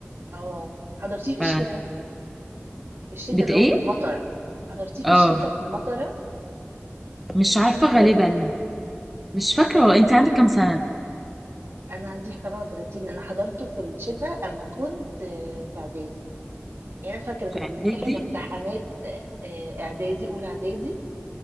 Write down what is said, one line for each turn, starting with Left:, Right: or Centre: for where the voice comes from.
Right: اه حضرتيه في الشتاء
Centre: ف
Right: في الشتاء
Centre: بت
Right: اللي
Centre: ايه
Right: هو في المطر حضرتيه
Centre: اه
Right: في الشتاء في المطرة
Centre: مش عارفه
Right: أنا حضرته
Centre: غالبا مش فاكره هو انت عندك كام سنه
Right: أنا عندي 37 أنا حضرته في الشتاء أما كنت آه، في إعدادي يعني أنا فاكرة
Centre: في
Right: كنا
Centre: اعدادي
Right: بنمتحن امتحانات آه، آه، إعدادي أولى إعدادي